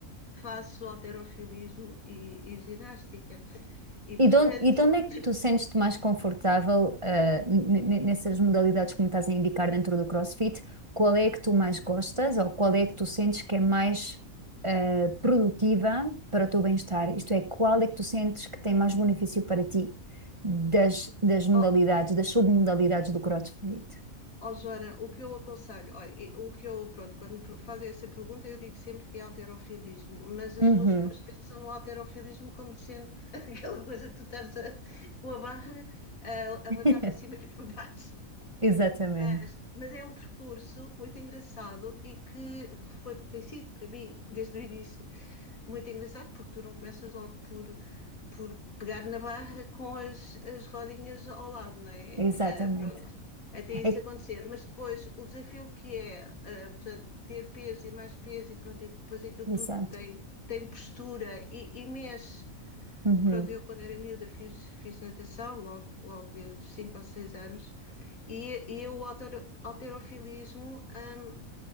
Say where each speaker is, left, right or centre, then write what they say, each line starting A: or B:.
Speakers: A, on the left (about 75°); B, on the right (about 25°).
A: faço alterofilismo e, e ginástica. E portanto,
B: E de onde, e de
A: <laughs>
B: onde é que tu sentes-te mais confortável, ah, n- n- nessas modalidades que me estás a indicar dentro do CrossFit? Qual é que tu mais gostas ou qual é que tu sentes que é mais, ah, produtiva para o teu bem-estar? Isto é, qual é que tu sentes que tem mais benefício para ti das, das modalidades,
A: oh,
B: das submodalidades do CrossFit?
A: oh, Joana, o que eu aconselho, oh, o que eu, pronto, quando me fazem essa pergunta, eu digo sempre que é alterofilismo, mas as
B: Uhum.
A: pessoas depois pensam no alterofilismo como sendo <laughs> aquela coisa que tu estás a, com a barra a levantar
B: <laughs>
A: para cima e para baixo.
B: Exatamente,
A: Mas, mas é um percurso muito engraçado e que foi, tem sido para mim, desde o início, muito engraçado, porque tu não começas logo por, por pegar na barra com as, as rodinhas ao lado, não é?
B: exatamente.
A: Ah, pronto, até isso
B: É,
A: acontecer. Mas depois o desafio que é, ah, portanto, ter peso e mais peso e pronto, e depois aquilo
B: exato.
A: tudo tem, tem postura e, e mexe
B: Uhum,
A: Pronto, eu quando era miúda fiz, fiz natação, logo, logo desde os 5 ou 6 anos, e, e o altero- halterofilismo, hum,